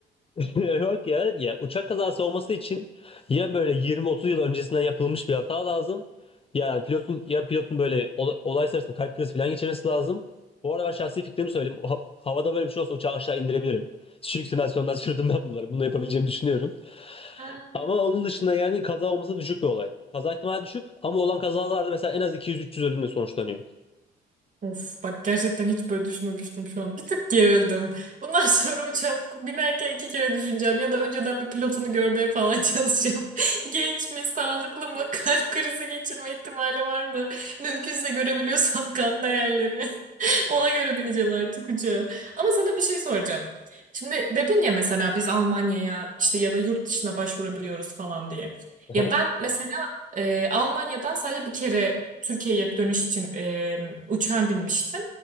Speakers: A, on the left (about 30°); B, on the right (about 40°).
A: <laughs> Yok ya, ya uçak kazası olması için ya böyle 20-30 yıl öncesinden yapılmış bir hata lazım. Ya pilotun ya pilotun böyle ola- olay sırasında kalp krizi falan geçirmesi lazım. Bu arada ben şahsi fikrimi söyleyeyim. Ha- havada böyle bir şey olsa uçağı aşağı indirebilirim. Düşük simülasyondan sürdüm ben bunları. Bunu yapabileceğimi düşünüyorum.
B: <laughs>
A: Ama onun dışında yani kaza olması düşük bir olay. Kaza ihtimali düşük ama olan kazalarda mesela en az 200-300 ölümle sonuçlanıyor.
B: Of bak gerçekten hiç böyle düşünmemiştim şu an. <laughs> Bir tık gerildim. Bundan <laughs> sonra uçağa binerken iki kere düşüneceğim ya da önceden bir pilotunu görmeye falan <laughs> çalışacağım. Genç mi, sağlıklı mı, kalp krizi geçirme ihtimali var mı? Mümkünse görebiliyorsam kan değerleri. <laughs> Ona göre bineceğim artık uçağa. Ama sana bir şey soracağım. Şimdi dedin ya mesela biz Almanya'ya işte ya da yurt dışına başvurabiliyoruz falan diye.
A: Aha.
B: Ya ben mesela e, Almanya'dan sadece bir kere Türkiye'ye dönüş için e, uçağa binmiştim.